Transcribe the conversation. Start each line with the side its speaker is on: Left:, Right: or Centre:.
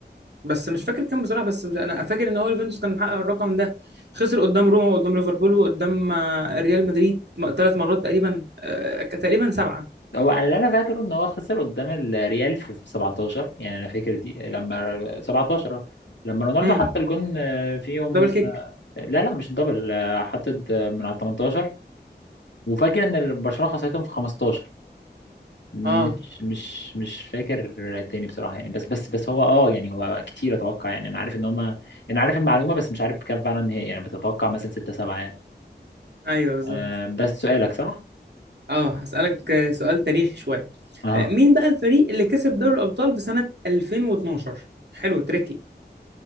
Right: بس مش فاكر كام بصراحة بس مش انا فاكر ان هو يوفنتوس كان محقق الرقم ده خسر قدام روما وقدام ليفربول وقدام آه، ريال مدريد ثلاث مرات تقريبا آه، تقريبا سبعة
Left: هو على اللي انا فاكره ان هو خسر قدام الريال في في 17 يعني انا فاكر دي لما 17 آه، لما رونالدو
Right: امم
Left: حط الجون آه، فيهم
Right: دبل كيك
Left: لا لا مش الدبل آه، حطت آه، من على 18 وفاكر ان برشلونة خسرتهم في 15 مش
Right: اه
Left: مش مش فاكر تاني بصراحة يعني بس بس بس هو اه يعني هو كتير اتوقع يعني انا عارف ان هما يعني انا عارف المعلومة بس مش عارف بكام فعلا هي يعني بتتوقع مثلا ستة سبعة يعني
Right: ايوه بالظبط
Left: آه بس سؤالك صح؟
Right: اه هسألك آه، سؤال تاريخي شوية
Left: اها
Right: آه، مين بقى الفريق اللي كسب دوري الأبطال في سنة 2012 حلو تريكي